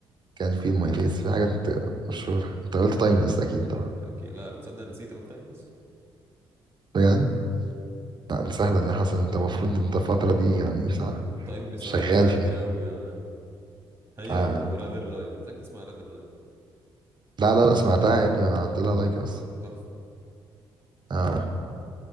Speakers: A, on the right; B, on the right.
A: كان في ماي فيس في حاجات مشهورة انت قلت
B: ايوه
A: تايمليس اكيد طبعا
B: اكيد لا تصدق نسيت اقول تايمليس
A: بجد لا دي سهلة دي يا حسن انت المفروض انت الفترة دي يعني صح
B: تايمليس
A: شغال
B: اه بسمعها كتير
A: فيها
B: قوي اه يعني هي
A: آه.
B: وراذر لاي محتاج تسمع راذر لاي
A: لا لا لا سمعتها يا ابني وانا عملت لها لايك اصلا
B: تحفة
A: اه